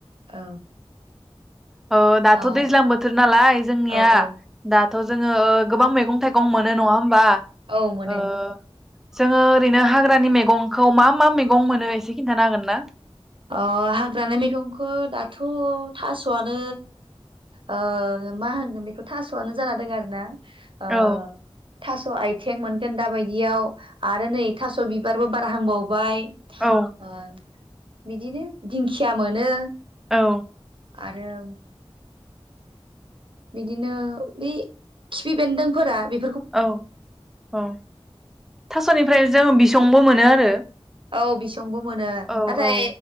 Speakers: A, on the right; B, in the centre.
A: औ
B: ओ दाथ'
A: अ
B: दैज्लां बोथोर नालाय जोंनिया
A: औ औ
B: दा जोङो ओ गोबां मैगं थाइगं मोनो नङा होम बा
A: औ मोनो
B: ओ जोङो ओरैनो हाग्रानि मैगंखौ मा मा मैगं मोनो एसे खिन्थानो हागोन ना
A: अ हाग्रानि मैगंखौ दाथ' थास'आनो ओ मा होनगोन बेखौ थास'आनो जाना दं आरोना ओ
B: औ
A: थास' आथिं मोनगोन दाबायदियाव आरो नै थास' बिबारबो बार हांबावबाय
B: औ
A: आ बिदिनो दिंखिया मोनो।
B: औ
A: आरो बिदिनो बे खिफि बेन्दोंफोरा बे
B: औ औ थास'निफ्राय जों बि संबो मोनो आरो।
A: औ बिसंबो मोनो
B: औ
A: नाथाय
B: औ